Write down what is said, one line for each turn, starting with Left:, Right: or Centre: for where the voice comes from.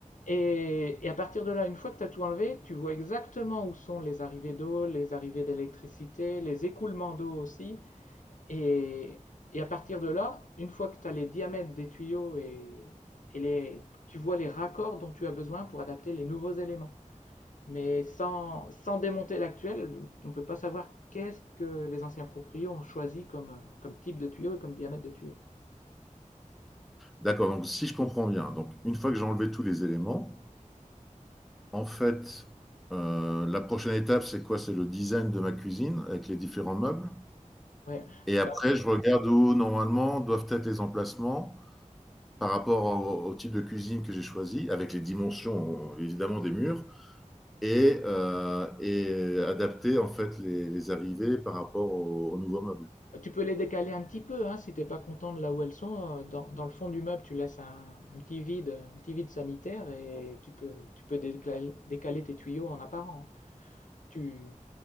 Left: Et, et à partir de là, une fois que tu as tout enlevé, tu vois exactement où sont les arrivées d'eau, les arrivées d'électricité, les écoulements d'eau aussi. Et, et à partir de là, une fois que tu as les diamètres des tuyaux et, et les, tu vois les raccords dont tu as besoin pour adapter les nouveaux éléments. Mais sans, sans démonter l'actuel, on ne peut pas savoir qu'est-ce que les anciens proprios ont choisi comme, euh, comme type de tuyau et comme diamètre de tuyau.
Centre: D'accord, donc si je comprends bien, donc une fois que j'ai enlevé tous les éléments, en fait, euh, la prochaine étape, c'est quoi? C'est le design de ma cuisine avec les différents meubles.
Left: Ouais.
Centre: Et
Left: Bah,
Centre: après, je regarde où normalement doivent être les emplacements par rapport au, au type de cuisine que j'ai choisi, avec les dimensions évidemment des murs, et, euh, et adapter en fait les, les arrivées par rapport aux au nouveaux meubles.
Left: tu peux les décaler un petit peu hein, si t'es pas content de là où elles sont. euh, Dans, dans le fond du meuble, tu laisses un, un petit vide, un petit vide sanitaire et tu peux, tu peux décaler, décaler tes tuyaux en apparent. Tu,